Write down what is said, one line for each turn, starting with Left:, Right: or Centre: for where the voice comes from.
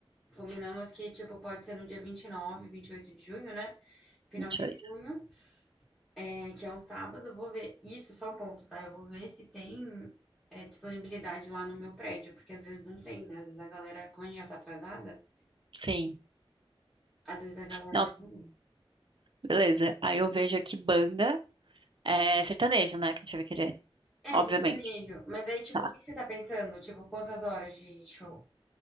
Centre: combinamos que, tipo, pode ser no dia vinte vinte e nove, vinte e oito de junho, né? Final
Right: 22.
Centre: de junho. É que é um sábado, eu vou ver. Isso, é só um ponto, tá? Eu vou ver se tem é, disponibilidade lá no meu prédio, porque às vezes não tem, né? Às vezes a galera, como a gente já tá atrasada,
Right: Sim.
Centre: às vezes a galera
Right: Não,
Centre: já não.
Right: beleza. Aí eu vejo aqui banda é sertanejo, né? Que a gente vai querer,
Centre: É,
Right: obviamente.
Centre: sertanejo. Mas aí, tipo,
Right: Tá.
Centre: o que que você tá pensando? Tipo, quantas horas de show?